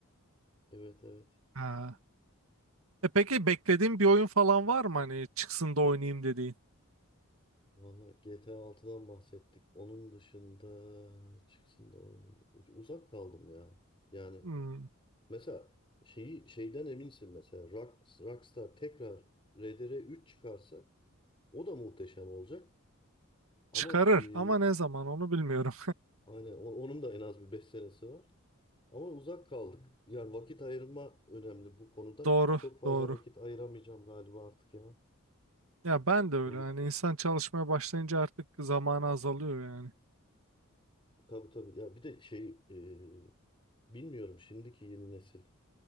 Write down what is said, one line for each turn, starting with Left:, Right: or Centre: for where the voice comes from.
Left: Evet evet.
Right: Ha. E peki beklediğin bir oyun falan var mı hani çıksın da oynayayım dediğin?
Left: Valla GTA 6'dan bahsettik. Onun dışında çıksın da oynayayım. Uzak kaldım ya. Yani
Right: Hmm.
Left: mesela şeyi şeyden eminsin mesela Rock, Rockstar tekrar RDR üç çıkarsa o da muhteşem olacak. Ama
Right: Çıkarır
Left: e,
Right: ama ne zaman onu bilmiyorum.
Left: aynen o- onun da en az bir 5 senesi var. Ama uzak kaldık. Yani vakit ayırma önemli bu konuda.
Right: <laughs> Doğru,
Left: Çok fazla
Right: doğru.
Left: vakit ayıramayacağım galiba artık ya.
Right: Ya ben de öyle.
Left: Yolu,
Right: Yani insan çalışmaya başlayınca artık zamanı azalıyor yani.
Left: tabii tabii. Ya bir de şey e, bilmiyorum şimdiki yeni nesil.